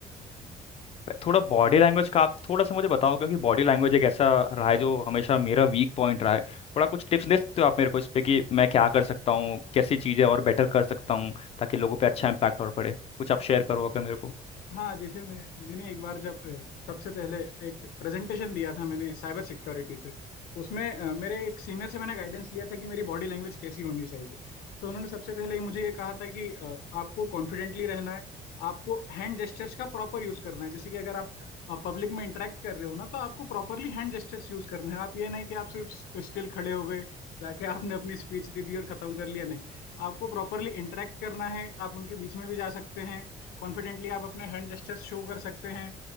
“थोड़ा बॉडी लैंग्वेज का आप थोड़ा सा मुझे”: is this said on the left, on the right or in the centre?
Left